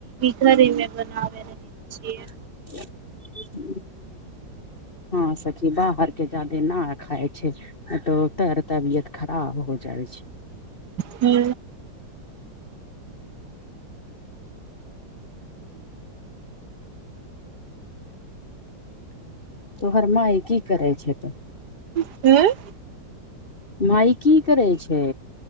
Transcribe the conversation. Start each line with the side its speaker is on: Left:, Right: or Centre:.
Right: घरीमे बनाबे रहे छियै
Left: <inaudible> हँं सखी बाहर के जादे न खाय छै तो तर तर बियत खराब हो जाइ छै
Right: हू
Left: तोहर माय की करै छै त
Right: उ्म <inaudible>
Left: माइ की करै छै